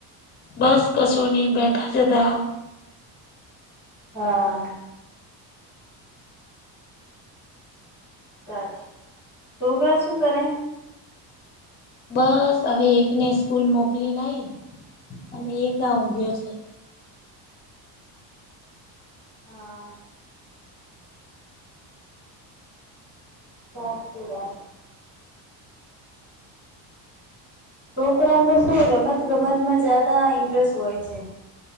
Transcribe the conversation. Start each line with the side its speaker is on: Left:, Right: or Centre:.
Left: બસ કશું ની બેઠા તા તે આવ.
Centre: હા. તાજ શોભા શું કરે.
Left: બસ હવે એકને સ્કૂલ મોકલી ને આઈ અને એક આ ઊંઘયો છે.
Centre: હા. બસ સુઈ ગયા. છોકરાને તો શું રમત ગમતમાં જાદા ઇન્ટરેસ્ટ હોય છે.